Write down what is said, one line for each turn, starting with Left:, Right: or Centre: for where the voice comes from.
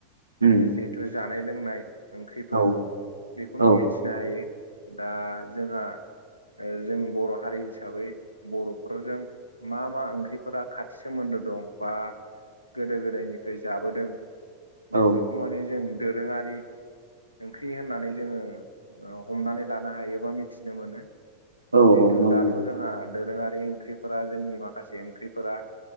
Right: उम
Left: जिहेथु जानाय लोंनाय ओंख्रिफोर
Right: औ
Left: बेखौनो
Right: औ
Left: मिन्थिनो हायो दा जोंहा जों बर' हारि हिसाबै बर'फोरजों मा मा ओंख्रिफोरा खाथि सोमोन्दो दं बा गोदो गोदायनिफ्राय जाबोदों
Right: औ
Left: बेफोरखौ माने जों दोरोङारि ओंख्रि होननानै जोङो हमनानै लानो हायोबा मिथिनो मोनो
Right: औ
Left: जिहेथु
Right: नंगौ
Left: दाथ' जोंहा दोरोङारि ओंख्रिफोरा जोंनि माखासे ओंख्रिफोरा